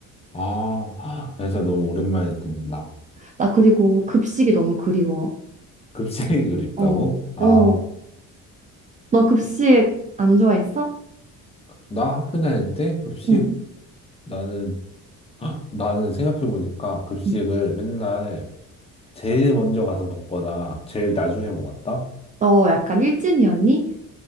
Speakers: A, on the left; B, on the right.
A: 아, 진짜 너무 오랜만에 듣는다.
B: 나 그리고 급식이 너무 그리워.
A: 급식이 그립다고?
B: 어,
A: 아,
B: 어. 너 급식 안 좋아했어?
A: 나 학교 다닐 때 급식,
B: 응.
A: 나는, 헉, 나는 생각해보니까 급식을
B: 응.
A: 맨날 제일 먼저 가서 먹거나 제일 나중에 먹었다?
B: 너 약간 일진이었니?